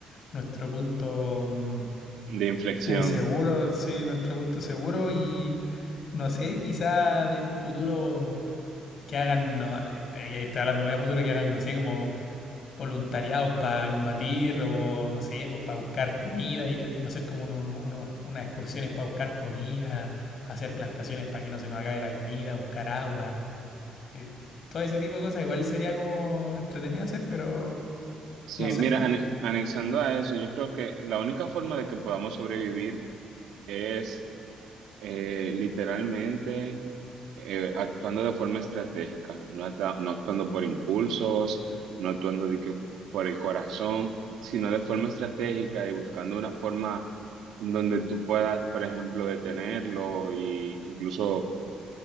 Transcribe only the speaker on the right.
de inflexión.
Sí,
mira,
ane- anexando a eso, yo creo que la única forma de que podamos sobrevivir es eh, literalmente eh, actuando de forma estratégica, no, atra- no actuando por impulsos, no actuando de que por el corazón, sino de forma estratégica y buscando una forma donde tú puedas, por ejemplo, detenerlo e incluso